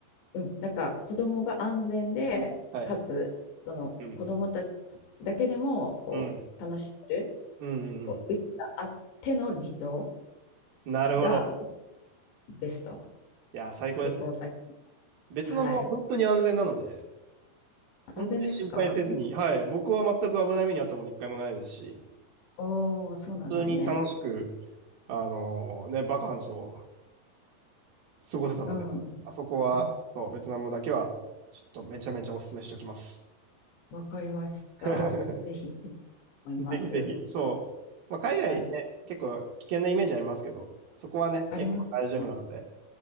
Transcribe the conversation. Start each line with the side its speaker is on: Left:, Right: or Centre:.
Left: うん、なんか子供が安全で、
Right: はい。
Left: かつ、その子供たち
Right: うん、
Left: だけでもこう楽しめる、
Right: うん、うん、
Left: こう、
Right: うん。
Left: うちがあっての離島
Right: なるほど。
Left: がベスト。
Right: いや、最高ですね。
Left: 旅行先。
Right: ベトナムは本当に安全なので、
Left: はい。
Right: 本当に心配せずに、
Left: 安全ですか
Right: はい、僕は全く危ない目に遭ったこと一回もないですし、
Left: おおー、そうなんですね。
Right: 普通に楽しく、あのーね、バカンスを過ごせたので、
Left: うん。
Right: あそこは、
Left: あ、
Right: そう、ベトナムだけは、ちょっとめちゃめちゃお勧めしておきます。
Left: わかりました。
Right: <laughs>
Left: ぜひ行ってみたいと思います。
Right: ぜひぜひ、そう。まあ、海外ね、
Left: はい。
Right: 結構危険なイメージありますけど、そこはね、結構大丈夫なので、
Left: ありますね。